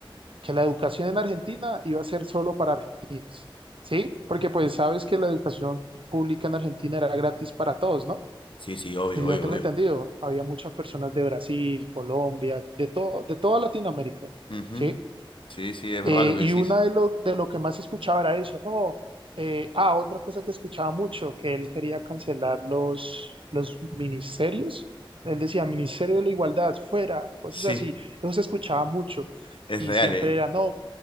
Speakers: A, on the right; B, on the left.
A: que la educación en Argentina iba a ser solo para argentinos, ¿sí? Porque pues sabes que la educación pública en Argentina era gratis para todos, ¿no?
B: Sí, sí, obvio,
A: Y no
B: obvio,
A: tengo
B: obvio.
A: entendido, había muchas personas de Brasil, Colombia, de todo, de toda Latinoamérica,
B: Ujú,
A: ¿sí?
B: Sí, sí, es verdad
A: Eh,
B: lo que
A: y
B: decís.
A: una de lo, de lo que más escuchaba era eso, no, eh, ah, otra cosa que escuchaba mucho, que él quería cancelar los, los ministerios, él decía, Ministerio de la Igualdad, fuera, cosas
B: Sí,
A: así, eso se escuchaba mucho,
B: es
A: y
B: real,
A: siempre
B: ¿eh?
A: era, no,